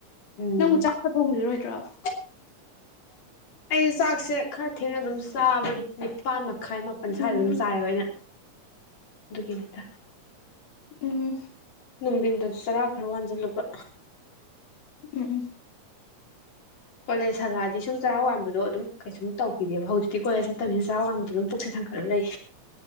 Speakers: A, on the left; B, on the left.
A: ꯎꯝ
B: ꯅꯪꯕꯨ ꯆꯥꯛꯄ ꯊꯣꯡꯕꯤꯔꯔꯣꯏꯗ꯭ꯔꯣ <inaudible>
A: ꯑꯩ ꯆꯥꯛꯁꯦ ꯈꯔ ꯊꯦꯡꯅ ꯑꯗꯨꯝ ꯆꯥꯕꯅꯤ ꯅꯤꯄꯥꯟ ꯃ ꯥꯈꯥꯏ ꯃꯥꯄꯟ ꯁ꯭ꯋꯥꯏꯗ
B: ꯎꯝ
A: ꯑꯗꯨꯝ ꯆꯥꯏꯌꯦꯕ ꯑꯩꯅ ꯑꯗꯨꯒꯤꯅꯤꯗ
B: ꯎꯝ
A: ꯅꯨꯡꯗꯤꯟꯗꯁꯨ ꯆꯥꯔꯥ ꯈꯔ ꯋꯥꯟ ꯂꯄꯥ
B: ꯎꯝ ꯎꯝ
A: ꯀꯣꯂꯦꯖ ꯍꯜꯂꯛꯑꯗꯤ ꯁꯨꯝ ꯆꯔꯥ ꯋꯥꯟꯕꯗꯣ ꯑꯗꯨꯝ ꯀꯩꯁꯨ ꯇꯧꯈꯤꯗꯦꯕ ꯍꯧꯖꯤꯛꯇꯤ ꯀꯣꯂꯦꯖ ꯆꯠꯇꯝꯅꯤꯅ ꯆꯔꯥ ꯋꯥꯟꯕꯗꯣ ꯑꯗꯨꯝ ꯄꯨꯛꯁꯦ ꯊꯟꯒꯠꯂ ꯂꯩ